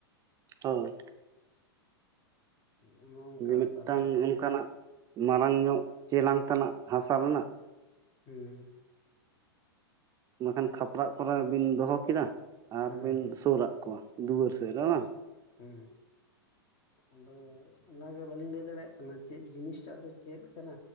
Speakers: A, on the right; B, on the left.
A: ᱦᱳᱭ᱾
B: ᱦᱩᱸᱱᱚᱜ-ᱚᱝᱠᱟ
A: ᱢᱤᱢᱤᱫᱴᱟᱝ
B: ᱵᱮᱯᱟᱨ <inaudible>
A: ᱚᱱᱠᱟᱱᱟᱜ ᱢᱟᱨᱟᱝ ᱧᱚᱜ ᱪᱮᱞᱟᱝ ᱛᱮᱱᱟᱜ ᱦᱟᱥᱟ ᱨᱮᱱᱟᱜ᱾
B: ᱦᱩᱸ᱾
A: ᱵᱟᱠᱷᱟᱱ ᱠᱷᱟᱯᱨᱟᱜ ᱠᱚᱨᱮ ᱵᱤᱱ ᱫᱚᱦᱚ ᱠᱮᱫᱟ ᱟᱨᱵᱤᱱ
B: ᱦᱮᱸ
A: ᱥᱳᱨᱟᱜ ᱠᱚᱣᱟ ᱫᱩᱣᱟᱹᱨ ᱥᱮᱫ ᱨᱮ ᱵᱟᱝ᱾
B: ᱦᱮᱸ ᱟᱫᱚ ᱚᱱᱟ ᱜᱮ ᱵᱟᱹᱞᱤᱧ ᱞᱟᱹᱭ ᱫᱟᱲᱮᱭᱟᱜ ᱠᱟᱱᱟ ᱪᱮᱜ ᱡᱤᱱᱤᱥᱴᱟᱜ ᱫᱚ ᱪᱮᱫ ᱠᱟᱱᱟ